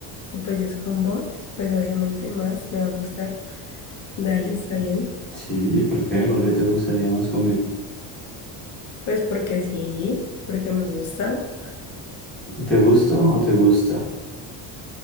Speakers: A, on the left (about 40°); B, in the centre.
A: Y pues si es con vos, pues obviamente más me va a gustar. Dale, está bien.
B: Sí, ¿por qué? ¿Por qué te gustaría más conmigo?
A: Pues porque sí, porque me gusta.
B: ¿Te gusto o te gusta?